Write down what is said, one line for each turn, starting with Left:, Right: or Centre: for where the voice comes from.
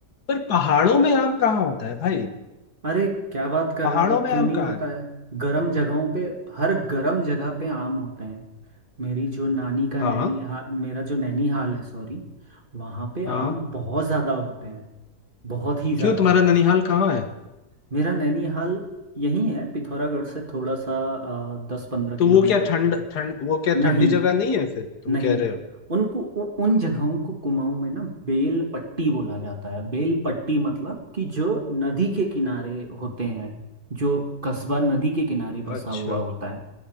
Left: पर पहाड़ों में आम कहाँ होता है भाई
Right: अरे क्या बात कर
Left: पहाड़ों
Right: रहे हो आप
Left: में
Right: क्यों
Left: आम
Right: नहीं
Left: कहाँ
Right: होता
Left: है
Right: है गर्म जगहों पे हर गर्म जगह पे आम होते हैं मेरी जो नानी का
Left: हाँ
Right: नैनी
Left: हाँ
Right: हा, मेरा जो नैनीहाल है सॉरी वहाँ पे
Left: हाँ
Right: आम बहुत ज़्यादा होते हैं बहुत ही ज़्यादा
Left: क्यों तुम्हारा ननिहाल कहाँ है
Right: मेरा नैनीहाल यहीं है पिथौरागढ़ से थोड़ा सा दस पंद्रह
Left: तो
Right: किलोमीटर
Left: वो क्या
Right: का
Left: ठंड
Right: दूर
Left: ठंड वो क्या
Right: नहीं
Left: ठंडी जगह नहीं है फिर तुम
Right: नहीं
Left: कह रहे हो
Right: उनको उ, उन जगहों को कुमाऊं में ना बेल पट्टी बोला जाता है बेल पट्टी मतलब कि जो नदी के किनारे होते हैं जो कस्बा नदी के किनारे बसा
Left: अच्छा
Right: हुआ होता है